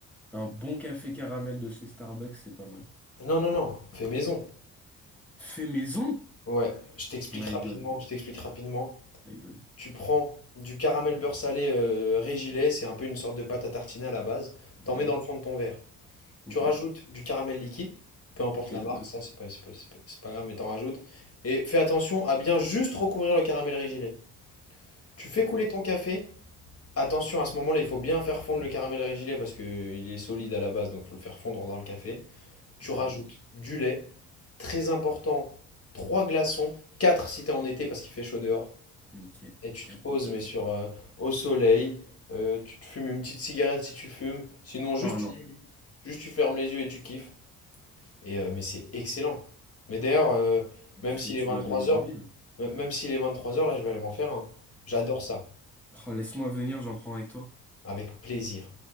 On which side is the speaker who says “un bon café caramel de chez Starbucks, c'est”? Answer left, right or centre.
Centre